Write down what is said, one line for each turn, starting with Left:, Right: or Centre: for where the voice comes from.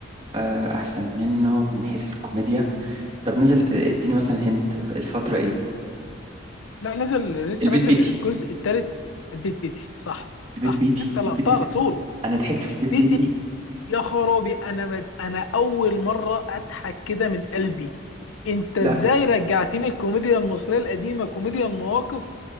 Right: آه، أحسن منه من حيث الكوميديا طب نزل آه، اديني مثلا هنت الفترة إيه
Left: لا نزل لسه
Right: البيت
Left: نازل
Right: بيتي
Left: الجزء الثالث البيت بيتي صح
Right: البيت
Left: صح
Right: بيتي
Left: انت لقطتها
Right: البيت بيتي
Left: على طول
Right: أنا ضحكت في البيت بيتي
Left: بيتي يا خرابي انا بد... انا اول مره اضحك كده من قلبي انت ازاي
Right: لا لا
Left: رجعتني الكوميديا المصريه القديمه كوميديا المواقف